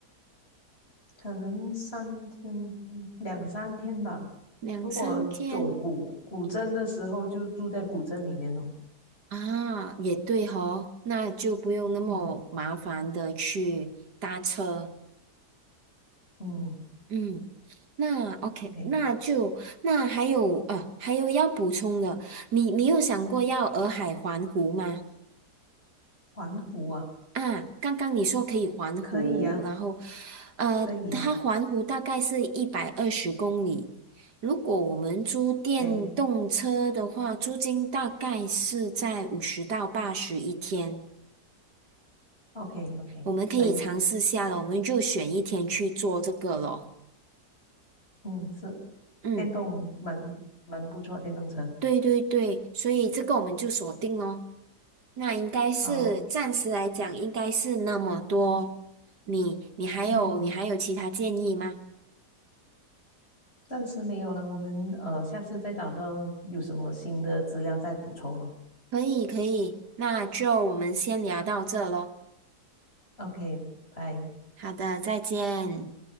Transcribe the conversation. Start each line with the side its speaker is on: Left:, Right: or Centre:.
Left: 可能三天两三天吧。
Right: 两三天。
Left: 如果走古古镇的时候，就住在古镇里面哦。
Right: 啊，也对哦，那就不用那么麻烦的去搭车。
Left: 嗯嗯
Right: 嗯，那 OK，
Left: ，OK，
Right: 那就那还有啊，还有要补充的，你你有想过要洱海环湖吗？
Left: 环湖啊，
Right: 啊，刚刚你说可以环湖，
Left: 可以呀、
Right: 然后呃，
Left: 可以呀、
Right: 它环湖大概是一百二十公里。
Left: o
Right: 如果我们租电动车的话，
Left: k
Right: 租金大概是在五十到八十一天。
Left: o k o k
Right: 我们可以尝试下了，
Left: 可以，
Right: 我们就选一天去做这个咯。
Left: 嗯，是
Right: 嗯，
Left: 电动蛮蛮不错，电动车。
Right: 对对对，所以这个我们就锁定咯。那应该是暂时来讲，
Left: 好，
Right: 应该是那么多。你你还有你还有其他建议吗？
Left: 嗯，暂时没有了，我们呃下次再找到有什么新的资料再补充咯。
Right: 可以可以，那就我们先聊到这咯。
Left: OK，拜。
Right: 好的，再见。